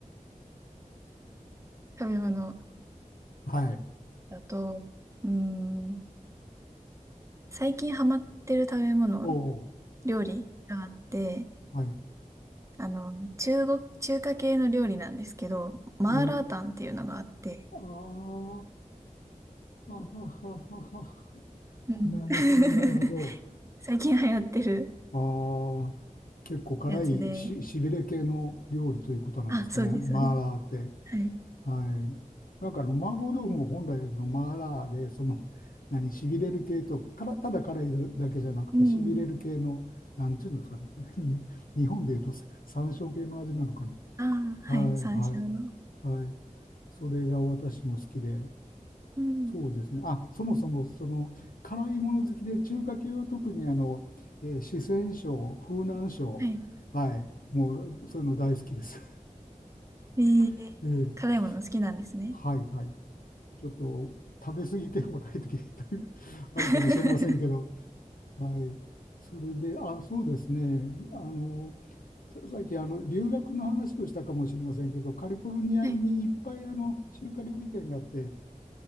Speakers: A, on the right; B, on the left.
A: 食べ物。
B: はい、
A: だと、うーん、最近ハマってる食べ物、
B: おお、
A: 料理があって、
B: はい、
A: あの、中国、中華系の料理なんですけど、マーラータンっていうのがあって、
B: えー、あーあはははは、
A: うん
B: なるほど、なるほど。
A: <laughs> 最近流行ってる
B: ああ、結構辛いし、
A: やつで、
B: しびれ系の料理ということなんですかね、
A: あ、そうです、
B: マーラーって。
A: そうです。はい。
B: はい。なんかあの、麻婆豆腐も本来のマーラーで、その、<laughs> 何、しびれる系と、から、ただ辛いだけじゃなくて、
A: うん。
B: しびれる系の、なんていうんですかね。<laughs> に日本でいうとさ山椒系の味なのかな。
A: ああ、はい、
B: はい、
A: 山椒の。
B: はい、はい。それが私も好きで、
A: うん。
B: そうですね。あ、そもそも、その、辛いもの好きで、中華系は特にあの、えー四川省、風南省、
A: はい。
B: はい、もう、そういうの大好きです。
A: えー、
B: <laughs> えー
A: 辛いもの好きなんですね。
B: はい、はい。ちょっと食べ過ぎて若い時というあるかもしれませんけど、
A: <laughs> は
B: はい。それで、あ、そうですね。あの、さっきあの留学の話をしたかもしれませんけど、カリフォルニアにいっぱいあの中華料理店があって、
A: い。